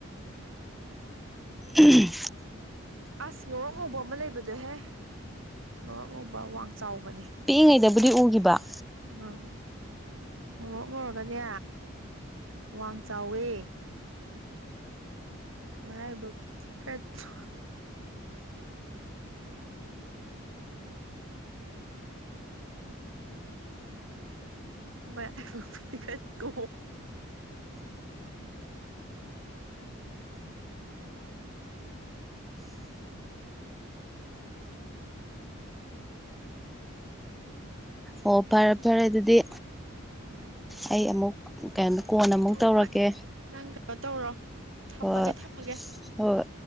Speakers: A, in the centre; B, on the right (about 70°).
A: ꯝ
B: ꯑꯁ ꯉꯣꯔꯣꯛ ꯉꯧꯕ ꯑꯃ ꯂꯩꯕꯗꯣꯍꯦ ꯉꯣꯔꯣꯛ ꯉꯧꯕ ꯋꯥꯡ ꯆꯥꯎꯕꯅꯤ
A: ꯄꯤꯛꯏꯉꯩꯗꯕꯨꯗꯤ ꯎꯈꯤꯕ
B: ꯎꯝ ꯎꯔꯣꯛꯉꯨꯔꯒꯗꯤ ꯋꯥꯡ ꯆꯥꯎꯋꯦ ꯃꯔꯥꯏꯕꯛꯄꯨꯗꯤ ꯈꯔ ꯊ ꯃꯄꯒ ꯇ
A: ꯑꯣ ꯄꯔꯄꯔ ꯑꯗꯨꯗꯤ
B: ꯎꯝ
A: ꯑꯩ ꯑꯃꯨꯛ ꯀꯩꯅꯣꯗ ꯀꯣꯟ ꯑꯃꯨꯛ
B: ꯍꯣꯏ
A: ꯇꯧꯔꯛꯀꯦ
B: ꯍꯣꯏ ꯅꯪ ꯀꯩꯅꯣ ꯇꯧꯔꯣ ꯊꯝꯃꯒꯦ
A: ꯍꯣꯏ
B: ꯊꯝꯃꯒꯦ
A: ꯍꯣꯏ